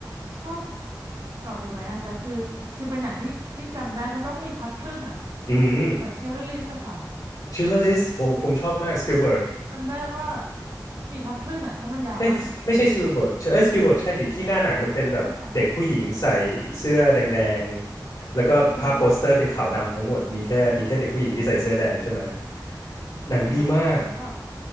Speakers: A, on the right; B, on the left.
A: ชอบเก่าไปไหมอะแต่คือคือเป็นหนังที่ที่จำได้เพราะต้องมีพักครึ่งอะ
B: อืม
A: เหมือนเชียร์ลิสอะค่ะ
B: ชิลเลอร์ลิสผมผมชอบมากสปิลเบิร์ก
A: จำได้ว่ามีพักครึ่งอะเพราะมันยาวมาก
B: เอ้ยไม่ใช่สปีลเบิร์กเอ้ยสปีลเบิร์กใช่ดิที่หน้าหนังมันเป็นแบบเด็กผู้หญิงใส่เสื้อแดงๆแล้วก็ภาพโปสเตอร์เป็นขาวดำทั้งหมดมีแค่มีแค่เด็กผู้หญิงที่ใส่เสื้อแดงใช่ไหม
A: <laughs> ใช่ค่ะอือหือประมาณนั้น
B: หนังดีมาก
A: ประมาณนั้นแล้วแบบ